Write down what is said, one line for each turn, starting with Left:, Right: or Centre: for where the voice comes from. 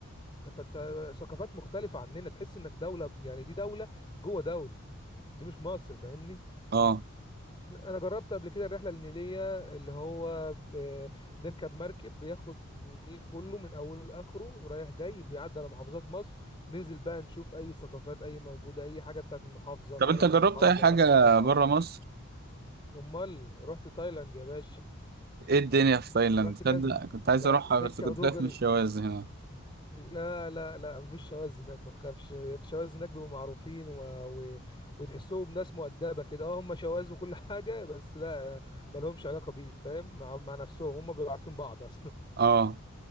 Left: فانت ثقافات مختلفه عننا تحس انك دوله يعني دي دوله جوه دوله دي مش مصر فاهمني
Right: اه
Left: انا جربت قبل كده الرحله النيليه اللي هو آه، بنركب مركب بياخد النيل كله من اوله لاخره رايح جاي بيعدي على محافظات مصر بننزل بقى نشوف اي ثقافات اي موجوده اي حاجه بتاعت المحافظه
Right: طب
Left: معالم
Right: انت جربت
Left: المحافظه
Right: أي حاجة
Left: الاثار بتاع المحافظه
Right: برا مصر؟
Left: امال رحت تايلاند يا باشا
Right: ايه الدنيا في تايلاند؟
Left: رحت
Right: تصدق
Left: كذا
Right: كنت
Left: لا
Right: عايز أروحها
Left: سكه
Right: بس كنت
Left: ودغري
Right: خايف من الشواذ هنا
Left: لا لا لا مفيش شواذ هناك ما تخافش الشواذ هناك بيبقوا معروفين و... و... وتحسهم ناس مؤدبه كده اه هم شواذ وكل <laughs> حاجه بس لا ما لهمش علاقه بيك فاهم مع, مع نفسهم هم بيبقوا عارفين بعض اصلا
Right: اه